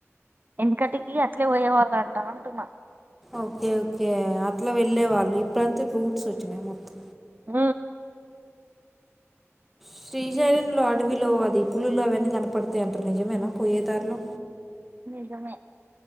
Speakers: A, on the right; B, in the centre.
A: ఎనకటికి అట్లే పోయే వాళ్ళు అంటా అంటున్నా
B: ఓకే ఓకే అట్లా వెళ్ళే వాళ్ళు ఇప్పుడంతా రూట్స్ వచ్చినాయి మొత్తం
A: ఊ
B: శ్రీశైలంలో అడవిలో అది పులులు అవన్నీ కనపడతాయంటారు నిజమేనా పోయేదారిలో
A: నిజమే